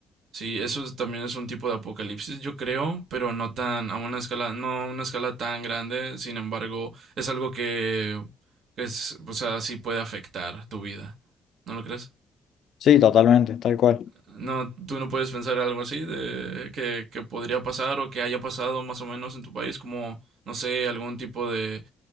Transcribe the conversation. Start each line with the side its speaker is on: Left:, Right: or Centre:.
Right: Sí, eso es- también es un tipo de apocalipsis, yo creo, pero no tan, a una escala, no a una escala tan grande. Sin embargo, es algo que, que es, o sea, sí puede afectar tu vida. ¿No lo crees?
Left: Sí, totalmente, tal cual.
Right: No, tú no puedes pensar algo así de que, que podría pasar o que haya pasado más o menos en tu país, como, no sé, algún tipo de